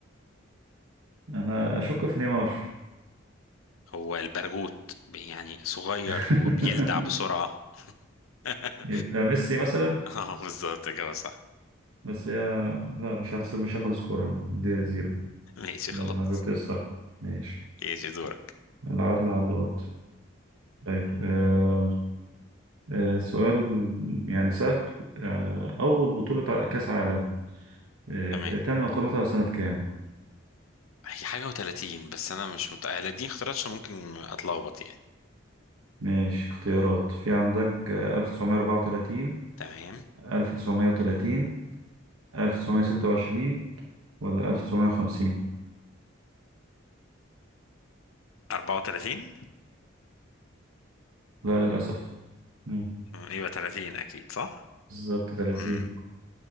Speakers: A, on the right (about 85°); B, on the left (about 85°).
A: أنا أشك في نيمار
B: هو البرغوت ب- يعني صغير
A: <laughs>
B: وبيلدع بسرعة <laughs>
A: يبقى ميسي مثلا
B: اه بالظبط كده صح
A: بس هي لا مش هحسب مش هاخد سكور أنا دي زيرو
B: ماشي
A: لا
B: خلاص
A: ما جبتش صح ماشي
B: ماشي دورك
A: العدل على اللي برضه طيب آه، آه، سؤال يعني سهل آه، أول بطولة ع- كأس عالم آه،
B: تمام
A: تم إقامتها سنة كام؟
B: هي حاجة و30 بس أنا مش متأهل دي اختيارات عشان ممكن أتلخبط يعني
A: ماشي اختيارات في عندك آه، 1934
B: تمام
A: 1930 1926 ولا 1950
B: 34
A: لا للأسف مم،
B: أمم، يبقى 30 أكيد صح؟
A: بالظبط 30
B: امم